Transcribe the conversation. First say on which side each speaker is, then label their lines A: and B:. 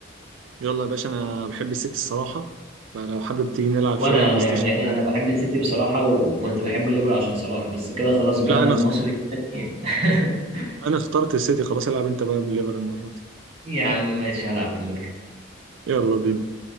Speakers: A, on the right (about 70°); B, on the right (about 30°).
A: يلا يا باشا انا بحب السيتي الصراحه فلو حابب تيجي نلعب
B: وانا
A: شويه بلاي
B: انا
A: ستيشن
B: يعني انا
A: كده
B: انا بحب السيتي بصراحه وكنت بحب الليفر عشان صلاح بس كده خلاص جالنا
A: لا انا
B: المصري التاني <laughs>
A: انا اخترت السيتي خلاص العب انت بقى بالليفر المره دي
B: يا عم ماشي هلعب بالليفر
A: يلا بينا